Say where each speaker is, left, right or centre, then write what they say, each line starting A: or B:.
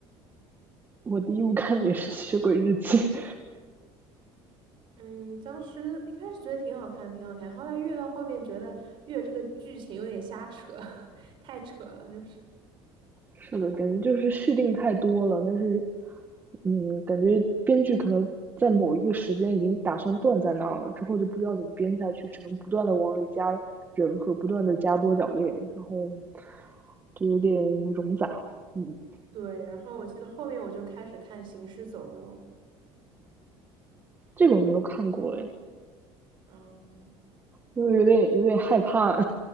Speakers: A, on the right; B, on the right.
A: 我第一部看的也是《吸血鬼日记》，<laughs>
B: 嗯，当时一开始觉得挺好看，挺好看，后来越到后面觉得越这个剧情有点瞎扯，<laughs> 太扯了，就是。
A: 是的，感觉就是续订太多了，但是，嗯，感觉编剧可能在某一个时间已经打算断在那儿了，之后就不知道怎么编下去，只能不断的往里加人和不断的加多角恋，然后就有点冗杂。嗯，
B: 对，然后我记得后面我就开始看《行尸走肉》
A: 这个我没有看过哎，
B: 啊
A: 因为有点有点害怕，